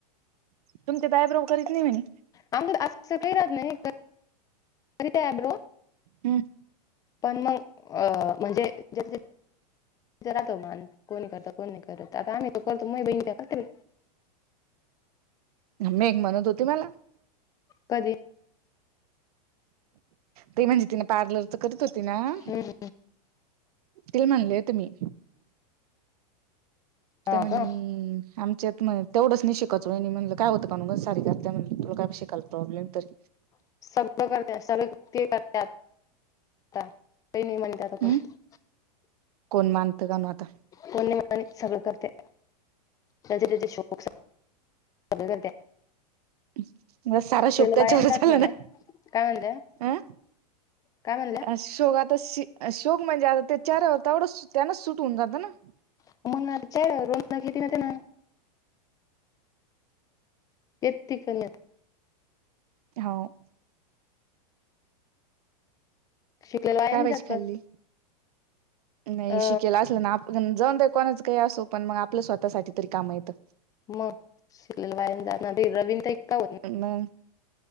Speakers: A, on the right (about 65°); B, on the left (about 15°).
A: तुमच्यांत आयब्रो करीत नाहीं कायं
B: असं कांहीं राहतं नाहीं करीतांत आयब्रो
A: हम्मं
B: पणं मंग अं म्हणजे ज जातो मांण कोणी करतं कोणं नाहीं करतं आंता आम्हीं तो करतों मं बहीण त्यां करते
A: मी एक म्हणत होती मला
B: कधीं
A: ते म्हणजे तिने पार्लर तरं करीत होती नां
B: हम्म
A: ते म्हनलयं तुम्ही
B: हा
A: तरं मणे
B: का
A: आमच्यांत तेवंच नाहीं शिकाचो म्हणलं कायं होतं कां सारी करं त्यां म्हणलं तुलां कायं शिकाल प्रॉब्म तरी
B: ह <unintelligible> <unintelligible>
A: हम्म कोण मानतं काणू आता
B: कोण नाय मानीत सगळं करत्या ज्याचे त्याचे शोक सगळे करत्या.
A: मग सारा शोक त्याच्यावर
B: बायान
A: झाला
B: जात म्हणा
A: ना
B: काय म्हणल्या
A: अं
B: काय म्हणल्या
A: अ शोगात तशी अ शोक म्हणजे आता ते चार तेवढं त्यानच सुट होऊन जातं ना
B: मग <inaudible> घेती ना त्यानां ते तिकलं लेत
A: हो.
B: शिकलेल वाया
A: काय
B: नाय
A: भाजी
B: जात
A: खाल्ली नाही
B: अ
A: शिकेला असलं ना आप जाऊन दे कोणाच काही असो पण मंग आपलं स्वतःसाठी तरी काम येतं.
B: म शिकलेल वाया नाय जात रवीन तर का होत
A: मग